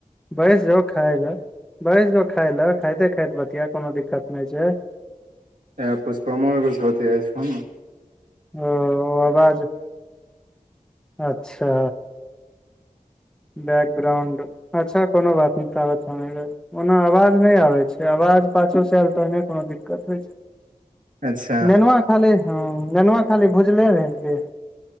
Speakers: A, in the centre; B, on the right.
A: बैस जो खाय लेए बैस जो खाय लेए खाइते खाइते बतिया कोनो दिक्कत नै छै
B: ए पुष्पमों एगो सँ बतियाइ छौ नऽ <unintelligible>
A: ओ आवाज अच्छा बैकग्राउंड अच्छा कोनो बात नै ताबत हम ओना आवाज नै आबै छै आवाज पाछुसँ आयल तहने कोनो दिक्कत होइ छै
B: अच्छा
A: नेनुआ खाली हूँ नेनुआ खाली भुजने रहि की